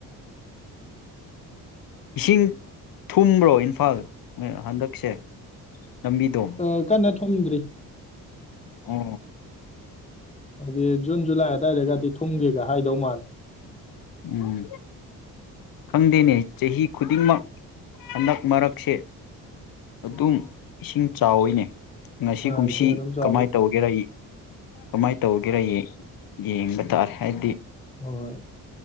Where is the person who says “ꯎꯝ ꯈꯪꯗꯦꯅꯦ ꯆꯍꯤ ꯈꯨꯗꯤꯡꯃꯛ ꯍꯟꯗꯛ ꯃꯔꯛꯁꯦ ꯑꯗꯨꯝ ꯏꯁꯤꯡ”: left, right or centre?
Left